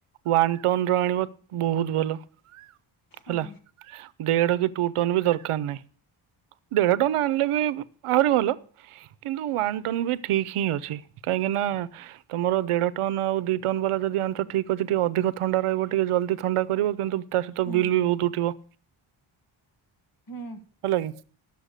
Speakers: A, on the right; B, on the left.
A: ୱାନ ଟନ୍ ର ଆଣିବ ବହୁତ ଭଲ।
B: ହଁ
A: ହେଲା ଦେଢ କି ଟୁ ଟନ ବି ଦରକାର ନାହିଁ ଦେଢ ଟନ ଆଣି ଆହୁରି ଭଲ କିନ୍ତୁ ୱାନ ଟନ୍ ବି ଠିକ ହିଁ ଅଛି କାହିଁକି ନା। ତମର ଦେଢ ଟନ ଆଉ ଦି ଟନ ବାଲା ଯଦି ଆଣୁଛ ଠିକ ଅଛି ଟିକେ ଅଧିକ ଥଣ୍ଡା ରହିବ। ଟିକେ ଜଲଦି ଥଣ୍ଡା କରିବ କିନ୍ତୁ ତା ସହିତ
B: ହୁଁ
A: ବିଲ୍ ବି ବହୁତ ଉଠିବ।
B: ହୁଁ
A: ହେଲାକି